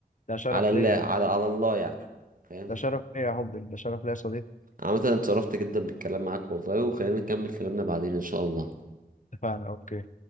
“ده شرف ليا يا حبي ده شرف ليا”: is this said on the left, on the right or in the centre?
Left